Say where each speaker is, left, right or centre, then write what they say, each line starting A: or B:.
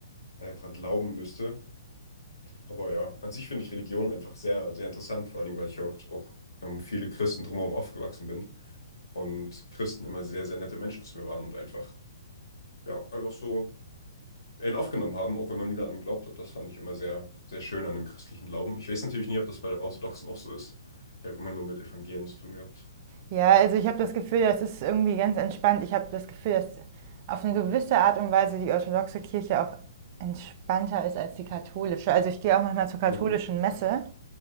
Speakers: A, on the left; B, on the right.
A: äh, dran glauben müsste. Aber ja, an sich finde ich Religion einfach sehr, sehr interessant, vor allem, weil ich oft auch um viele Christen drumherum aufgewachsen bin und Christen immer sehr, sehr nette Menschen zu mir waren und einfach, ja, einfach so in aufgenommen haben, auch wenn man nie daran geglaubt hat. Das fand ich immer sehr, sehr schön an dem christlichen Glauben. Ich weiß natürlich nie, ob das bei der Orthodoxen auch so ist. Ich habe immer nur mit Evangelien zu tun gehabt.
B: Ja, also ich habe das Gefühl, das ist irgendwie ganz entspannt. Ich habe das Gefühl, dass auf eine gewisse Art und Weise die orthodoxe Kirche auch entspannter ist als die katholische. Also ich gehe auch manchmal zur katholischen
A: Mhm.
B: Messe,